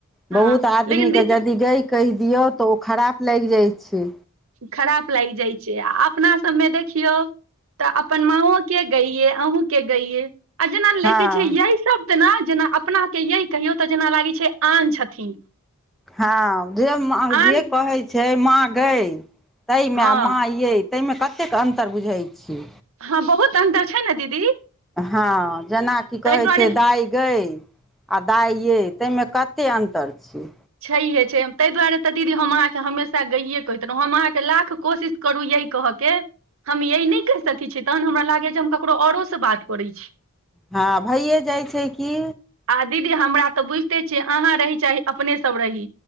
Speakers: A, in the centre; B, on the right.
A: बहुत
B: हँ
A: आदमीके
B: लेकिन दीदी
A: यदि गई कहि दियौ तऽ ओ खराप लागि जाइ छै
B: खराप लागि जाइ छै आ अपना सभमे देखियौ तऽ अपन माँओ के गैे अहुँ के गैये आ जेना ले
A: हँ
B: केे छै यह शब्द ने जेना अपना के यै कहियौ तऽ जेना लागै छै आन छथिन
A: हँ जे माँ
B: आन
A: जे कहैत छै माँ गय ताहिमे
B: हँ
A: माँ ये ताहिमे कतेक अन्तर बुझै छियै।
B: हँ बहुत अन्तर छै ने दीदी
A: हँ जेनाकि
B: ताहि
A: कहैत
B: दुआरे
A: छिये दाय गई आ दाइ यै ताहिमे क कतेक अन्तर छै
B: छैहे छै ताहि दुआरे तऽ दीदी हम अहाँके हमेशा गईए कहैत रहहुँं हम अहाँके लाख कोशिश करू यही कहके हम ये नहि कहि सकैत छीयै तहन हमरा लागै जे हम ककरो औरो से बात करै छी
A: हँ भइए जाइ छै की
B: आ दीदी हमरा तऽ बुझिते छियै अहाँ रहै चाही अपने सब रही